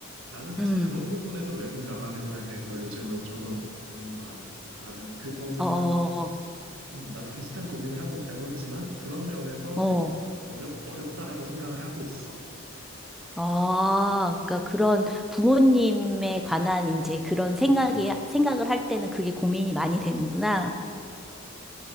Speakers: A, on the right; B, in the centre.
A: 나는 사실
B: 음,
A: 그런 부분에서 외국 나가는 거에 대해서 요즘은 조금 고민이 많아. 나는 그거는,
B: 어, 어,
A: 음, 나도 비슷한 고민을 하고 있다고 했지만, 그런 면에서
B: 어.
A: 되게 어렵, 어렵다라고 생각을 하고 있어.
B: 아, 그러니까 그런 부모님에 관한 이제 그런 생각이,
A: 음.
B: 생각을 할 때는 그게 고민이 많이 되는구나.